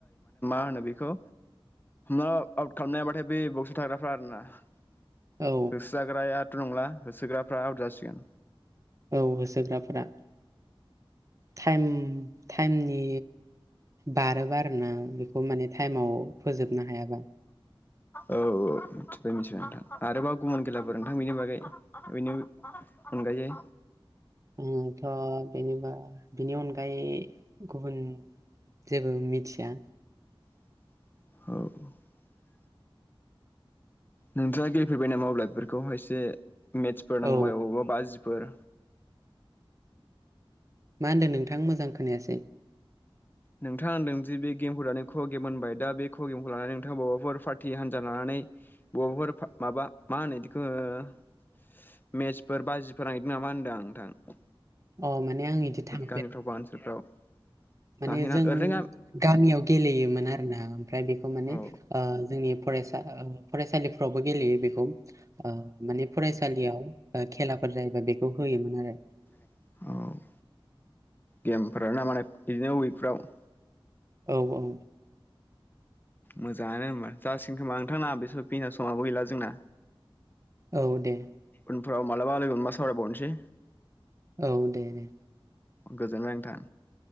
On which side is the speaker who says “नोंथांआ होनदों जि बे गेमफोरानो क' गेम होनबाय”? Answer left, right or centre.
Left